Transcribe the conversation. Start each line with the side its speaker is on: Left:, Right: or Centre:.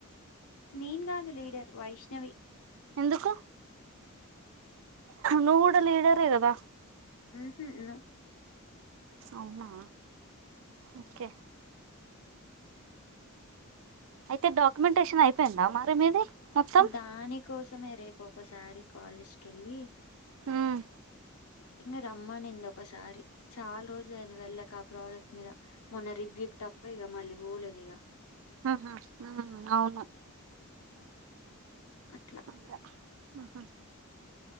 Left: నీ కాదు లీడర్ వైష్ణవి
Right: ఎందుకు నువ్వు గూడా లీడరే కదా
Left: మ్ హు నొ
Right: అవునా ఓకే అయితే డాక్యుమెంటేషన్ అయిపోయిందా మరి మీది మొత్తం
Left: దాని కోసమే రేపు ఒకసారి కాలేజ్కి కెళ్ళి
Right: మ్మ్
Left: నిన్న రమ్మనింది ఒకసారి చాలా రోజులు అయింది వెళ్ళక ఆ ప్రాజెక్ట్ మీద మొన్న రివ్యూ తప్ప ఇగ మళ్ళీ బోలేదు ఇగ
Right: ఆహా అవును అందా అవునా
Left: అట్లా
Right: అంగ ఆహా